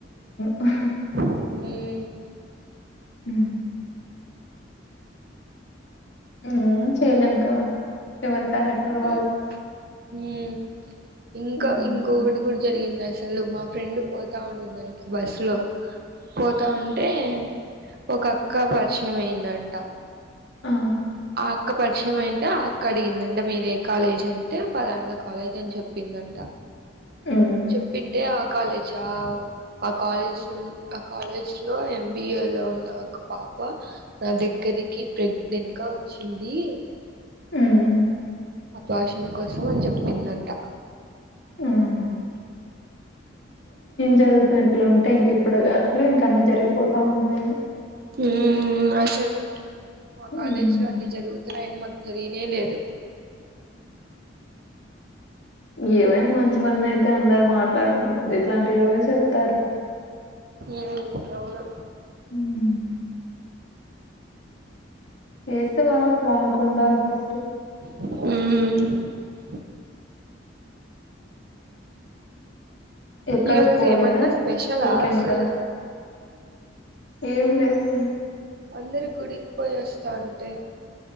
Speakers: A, on the left; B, on the right.
A: <unintelligible>
B: ఉమ్
A: ఉ ఆ చేయలేం కదా ఎవరి క్యారెక్టర్ వాళ్ళు
B: మ్మ్ మ్మ్ ఇంకా
A: ఉమ్
B: ఇంకొకటి కూడా జరిగింది అసలు మా ఫ్రెండ్ పోతా ఉందంటే బస్ లో పోతా ఉంటే ఒక అక్క పరిచయం అయిందంట
A: ఆ
B: ఆ ఒక్క పరిచయం అంట అడిగిందంట మీర ఏ కాలేజ్ అంటే పలానా కాలేజ్ అని చెప్పిందంట
A: ఉమ్
B: చెప్పింటే ఆ కాలేజ ఆ కాలేజ్ ను ఆ కాలేజ్ లో ఎంబిఏ లో ఉన్న ఒక పాప తప్ప నా దగ్గరికి ప్రెగ్నెంట్ గా వచ్చింది
A: ఉమ్
B: అపాషన్ కోసం అని చెప్పిందంట
A: ఉమ్ జరుగుతున్న ఇట్లా ఉంటే ఇంక ఇప్పుడు అట్లే ఇంక అన్ని జరిగిపోతా ఉంటాయి
B: హ అసలు మా
A: ఉమ్
B: కాలేజీ లో అన్ని జరుగుతున్నాయని మా తెరనే లేదు
A: ఏమైనా మంచి వన్న అయితే అందరు మాట్లాడుకుంటంది ఇట్లాంటివి ఎవరు చెప్తారు
B: ఏం ఎవరు
A: ఉమ్ చేసే వాళ్ళకి వాళ్ళకు ఉండాలి ఫస్ట్
B: ఉమ్
A: ఎక్కడికి
B: ఈ రోజు
A: పోలేదా
B: ఏమన్నా స్పెషలా
A: వీకెండ్
B: అసలు
A: క ఏం లేతే
B: అందరు గుడికి పోయి వస్తాంటే